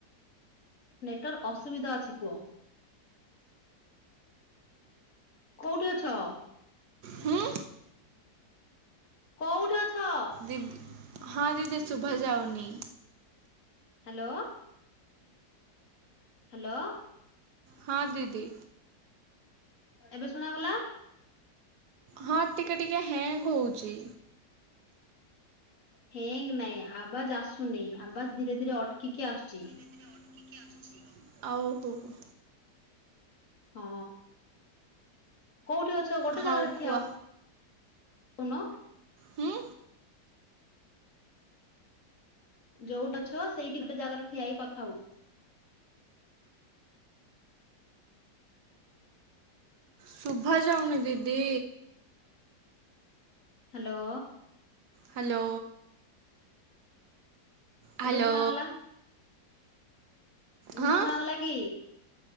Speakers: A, on the left (about 45°); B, on the right (about 70°).
A: ନେଟୱାର୍କ ଅସୁବିଧା ଅଛି କୁଅ। କୋଉଠି ଅଛ?
B: ହୁଁ
A: କୋଉଠି ଅଛ?
B: ଦି ହଁ ଦିଦି ଶୁଭା ଯାଉନି।
A: ହ୍ୟାଲୋ। ହ୍ୟାଲୋ।
B: ହଁ ଦିଦି।
A: ଏବେ ଶୁଣାଗଲା।
B: ହଁ ଟିକେ ଟିକେ ହ୍ୟାଙ୍ଗ ହଉଚି।
A: ହେଙ୍ଗ ନାଇଁ ଆବାଜ ଆସୁନି ଆବାଜ ଧୀରେ ଧୀରେ ଅଟକିକି ଆସୁଚି।
B: ଏଥିରେ ଅଟକିକି ଆସୁଛି। ଆଉ ହୁ ହୁ।
A: ହଁ କୋଉଠି ଅଛ ଗୋଟେ
B: ହଉ
A: ଜାଗାରେ
B: କୁହ
A: ଠିଆ ହ ଉନ
B: ହୁଁ
A: ଯୋଉଠି ଅଛ ସେଇଠି ଗୋଟେ ଜାଗାରେ ଠିଆ ହେଇ କଥା ହୁଅ।
B: ଶୁଭା ଯାଉନି ଦିଦି।
A: ହାଲୋ।
B: ହାଲୋ। ହାଲୋ।
A: ଏବେ ଶୁଣାଗଲା ଏବେ
B: ହଁ
A: ଶୁଣାଗଲାକି